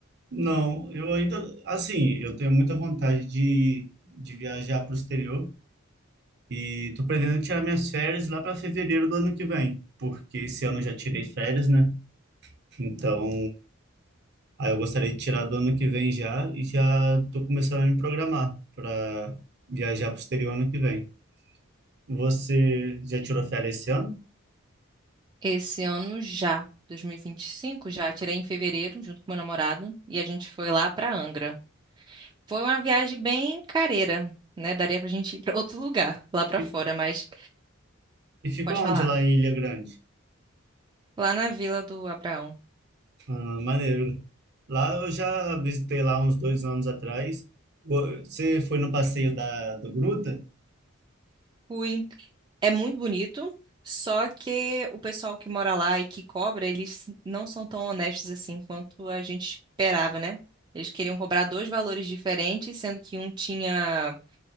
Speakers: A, on the right; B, on the right.
A: Não, eu ainda, assim, eu tenho muita vontade de, de viajar para o exterior e tô pretendendo tirar minhas férias lá para fevereiro do ano que vem, porque esse ano eu já tirei férias, né? Então, aí eu gostaria de tirar do ano que vem já e já tô começando a me programar para viajar para o exterior ano que vem. Você já tirou férias esse ano?
B: Esse ano já, 2025, já tirei em fevereiro junto com meu namorado e a gente foi lá para Angra. Foi uma viagem bem careira, né? Daria pra gente ir para outro lugar lá para
A: Fi-
B: fora, mas
A: E ficou
B: Pode falar.
A: onde lá em Ilha Grande?
B: Lá na Vila do Abraão.
A: Ah, maneiro. Lá eu já visitei lá uns dois anos atrás. Go- Você foi no passeio da do Gruta,
B: Fui. É muito bonito, só que o pessoal que mora lá e que cobra, eles não são tão honestos assim quanto a gente esperava, né? Eles queriam cobrar dois valores diferentes, sendo que um tinha.